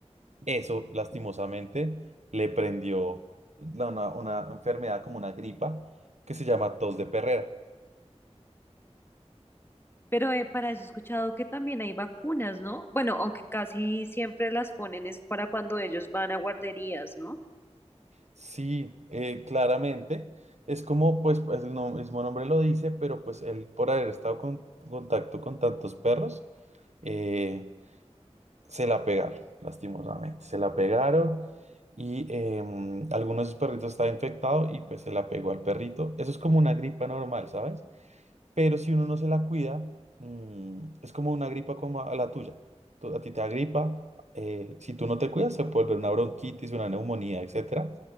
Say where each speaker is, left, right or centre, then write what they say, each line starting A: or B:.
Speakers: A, on the right (about 75°); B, on the left (about 20°).
A: Eso, lastimosamente, le prendió la- una, una enfermedad como una gripa que se llama tos de perrera.
B: Pero eh, para eso he escuchado que también hay vacunas, ¿no? Bueno, aunque casi siempre las ponen es para cuando ellos van a guarderías, ¿no?
A: Sí, eh, claramente. Es como, pues, pues, el nom- el mismo nombre lo dice, pero pues él, por haber estado con- en contacto con tantos perros, eh, se la pegaron, lastimosamente. Se la pegaron y em, alguno de sus perritos estaba infectado y pues se la pegó al perrito. Eso es como una gripa normal, ¿sabes? Pero si uno no se la cuida, mm, es como una gripa como a la tuya. Tú- a ti te da gripa, eh, si tú no te cuidas, se puede volver una bronquitis, una neumonía, etcétera.